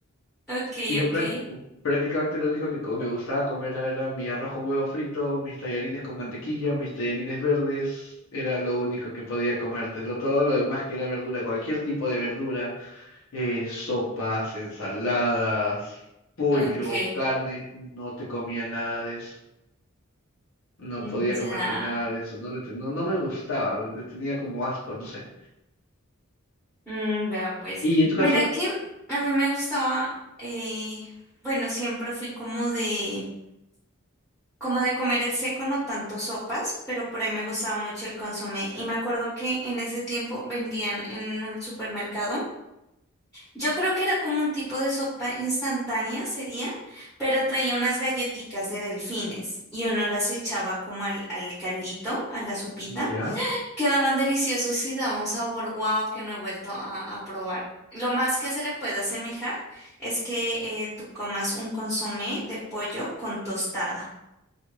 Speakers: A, in the centre; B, on the left.
A: ok,
B: Y yo
A: ok,
B: prá- prácticamente lo único que co- me gustaba comer era mi arroz con huevo frito, mis tallarines con mantequilla, mis tallarines verdes. Era lo único que podía comértelo. Todo lo demás que era verdura, cualquier tipo de verdura eh, sopas, ensaladas, pollo,
A: ok.
B: carne, no te comía nada de eso. No
A: Mm,
B: podía comerte
A: Ya.
B: nada de eso, no, le te- no, no me gustaba, le tenía como asco, no sé.
A: Mm, vea pues.
B: ¿Y en tu
A: Mira
B: caso?
A: que a mí me gustaba, eh, bueno, siempre fui como de como de comer el seco, no tanto sopas, pero por ahí me gustaba mucho el consomé. Y me acuerdo que en ese tiempo vendían en un supermercado. Yo creo que era como un tipo de sopa instantánea, sería, pero traía unas galletitas de delfines y uno las echaba como al, al caldito, a la sopita.
B: Ya.
A: Quedaban deliciosos y daba un sabor guau que no he vuelto a, a probar. Lo más que se le puede asemejar es que eh, tú comas un consomé de pollo con tostada.